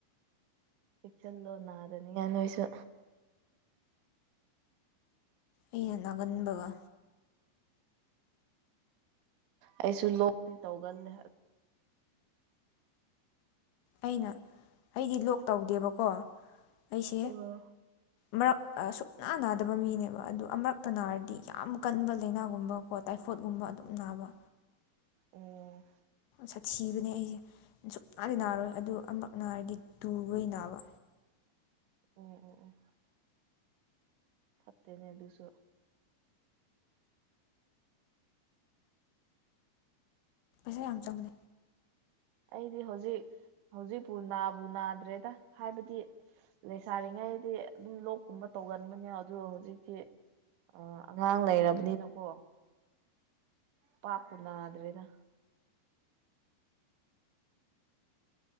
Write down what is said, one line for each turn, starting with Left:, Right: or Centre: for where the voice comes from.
Right: ꯆꯦꯛꯁꯟ ꯂꯣ ꯅꯥꯔꯅꯤ ꯉ ꯅꯣꯏꯁꯨ
Left: ꯑꯩꯅ ꯅꯥꯒꯟꯕꯒ
Right: ꯑꯩꯁꯨ ꯂꯣꯛꯇꯤ ꯇꯧꯒꯜꯂꯦ
Left: ꯑꯩꯅ ꯑꯩꯗꯤ ꯂꯣꯛ ꯇꯧꯗꯦꯕꯀꯣ ꯑꯩꯁꯦ
Right: ꯑꯣ
Left: ꯃꯔꯛ ꯁꯨꯛꯅꯥ ꯅꯥꯗꯕ ꯃꯤꯅꯦꯕ ꯑꯗꯨ ꯑꯃꯛꯇ ꯅꯥꯔꯗꯤ ꯌꯥꯝ ꯀꯟꯕ ꯂꯥꯏꯅꯥꯒꯨꯝꯕ ꯈꯣ ꯇꯥꯏꯐꯣꯠꯀꯨꯝꯕ ꯑꯗꯨꯝ ꯅꯥꯕ
Right: ꯑꯣ
Left: ꯁꯥꯊꯤꯕꯅꯦ ꯑꯩꯁꯦ ꯁꯨꯡꯛꯅꯥꯗꯤ ꯅꯥꯔꯣꯏ ꯑꯗꯨ ꯑꯃꯨꯛ ꯅꯥꯔꯒ ꯇꯨꯕꯩ ꯅꯥꯕ
Right: ꯎꯝ ꯎꯝ ꯎꯝ ꯐꯠꯇꯦꯅꯦ ꯑꯗꯨꯁꯨ
Left: ꯄꯩꯁꯥ ꯌꯥꯝ ꯆꯪꯒꯅꯤ
Right: ꯑꯩꯗꯤ ꯍꯧꯖꯤꯛ ꯍꯧꯖꯤꯛꯄꯨ ꯅꯥꯕꯨ ꯅꯥꯗ꯭ꯔꯦꯗ ꯍꯥꯏꯕꯗꯤ ꯂꯩꯁꯥꯔꯤꯉꯩꯗꯤ ꯑꯗꯨꯝ ꯂꯣꯛꯀꯨꯝꯕ ꯇꯧꯒꯟꯕꯅꯦ ꯑꯗꯨ ꯍꯧꯖꯤꯛꯇꯤ ꯑ ꯑꯉꯥꯡ ꯂꯩꯔꯕꯅꯤꯅꯀꯣ ꯄꯥꯄꯨ ꯅꯗꯋꯗ